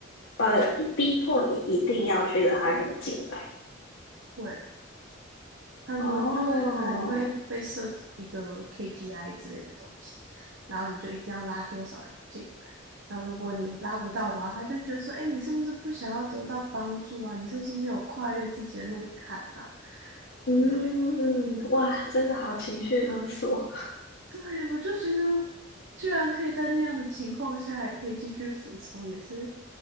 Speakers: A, on the left (about 75°); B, on the right (about 65°).
A: 呃逼迫你一定要去拉人进来
B: 对，他说，
A: 哦，
B: 就是可能你会被设置一个 KPI 之类的东西，然后你就一定要拉多少人进来。然后如果你拉不到的话，他就觉得说，哎，你是不是不想要得到帮助啊？你是不是没有跨越自己的那个坎啊？
A: 嗯，
B: 对，
A: 哇，真的好情绪勒索。
B: 对，我就觉得，居然可以在那样的情况下还可以继续服从，也是